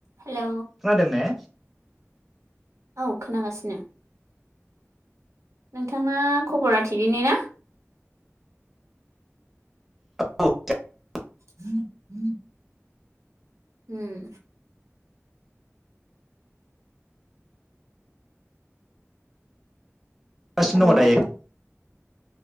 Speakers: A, on the right (about 80°); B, in the centre.
A: Hello
B: खोनादों ने
A: औ खोनागासिनो। नोंथांना खबरा थिगैनो ना
B: <unintelligible>
A: <inaudible> उम
B: बासिनो
A: हेलौ
B: दङ दायो